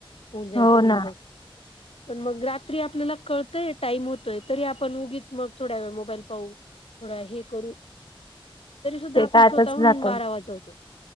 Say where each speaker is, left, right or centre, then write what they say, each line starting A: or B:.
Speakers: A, on the left (about 80°); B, on the left (about 55°).
A: होऊन जाईल
B: हो
A: तर होऊन
B: ना.
A: जाईल.
B: <inaudible>
A: पण मग रात्री आपल्याला कळतय टाइम होतोय तरी आपण उगीच मग थोड्या वेळ मोबाईल पाहू. थोडा हे करू. <inaudible> सुद्धा
B: ते
A: आपण
B: त्यातच
A: स्वतःहून
B: जातो.
A: बारा वाजवतो.